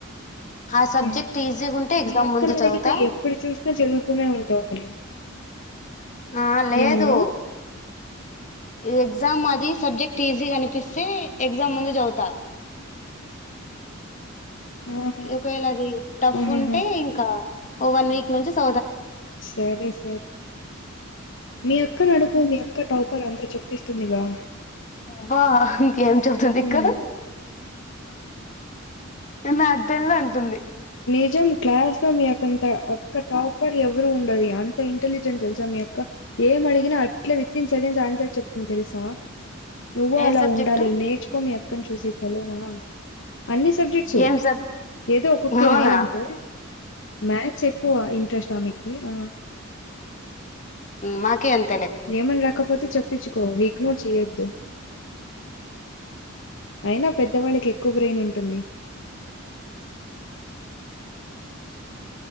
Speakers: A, on the left; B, on the left.
A: ఆ సబ్జెక్ట్
B: ఉహూ
A: ఈజీగా ఉంటే ఎగ్జామ్
B: మీ అక్కనడిగితే
A: ముందు చదువుతా
B: ఎప్పుడు చూసినా చదువుతూనే ఉంటావు మరి <inaudible>
A: ఆ లేదు
B: ఏమన్నావు
A: ఎగ్జామ్ అది సబ్జెక్ట్ ఈజీగా అనిపిస్తే ఎగ్జామ్ ముందు చదువుతా
B: ఆహా,
A: ఒకవేళ అది టఫ్
B: ఆహాహా
A: ఉంటే ఇంకా ఓ వన్ వీక్ నుంచి స
B: సరే సర మీ అక్క నీ అడు టాఫర్ అంతా చెప్పిస్తుందిగా
A: వా ఏం చల్తుందిక్క
B: మ్మ్.
A: నా అద్దెల్లు అంటుంది
B: నిజం క్లాస్ లో మీ యంత అక్క టాపర్ ఎవరు ఉండరూ అంత ఇంటెలిజెంట్ తెలుసా మీ అక్క ఏం అడిగినా అట్లే విత్తిన్ సెకండ్స్ ఆన్సర్ చెప్తుంది తెలుసా నువ్వు
A: ఏ
B: అలా
A: సబ్జెక్టు
B: ఉండాలి నేర్చుకో మీ అక్కను చూసి సరేనా అన్ని సబ్జెక్ట్సు
A: ఏం సబ్
B: ఏదో ఒక టి
A: అవునా
B: రాదంతే మ్యాథ్స్ ఎక్కువ ఇంట్రెస్ట్ ఆమీకి ఆ
A: మాకే అంత
B: ఏమన రాకపోతే చెప్పించుకో ఇగ్నోర్ చెయ్యొద్దు అయినా పెద్దవాళ్ళకి ఎక్కువ బ్రెయిన్ ఉంటుంది